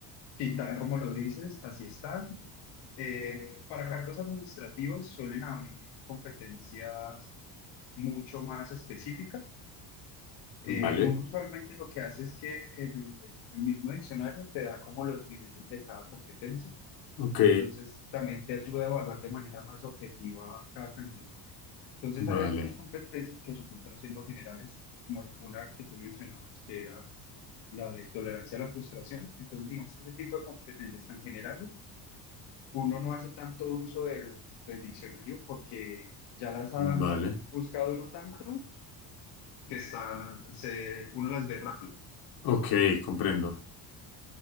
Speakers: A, on the left; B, on the left.
A: sí, tal como lo dices, así está. Eh, para cargos administrativos suelen haber competencias mucho más específicas. Eh,
B: Vale.
A: uno usualmente lo que hace es que el el- el mismo diccionario te da como los niveles de cada competencia.
B: Ok.
A: Entonces, también te ayuda a evaluar de manera más objetiva a cada candidato. Entonces,
B: Vale,
A: hay algunas competencias que resultan siendo generales, como una que tú mencionabas, que era la de tolerancia a la frustración. Entonces, digamos que ese tipo de competencias tan generales, uno no hace tanto uso del, del diccionario porque ya las ha
B: vale.
A: buscado uno tanto que están, se, uno las ve rápido,
B: Ok, comprendo.